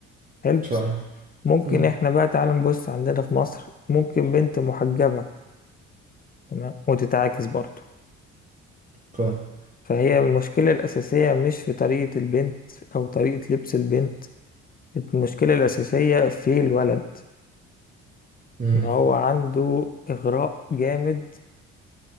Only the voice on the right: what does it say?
فاهم
مم.
فاهم
مم.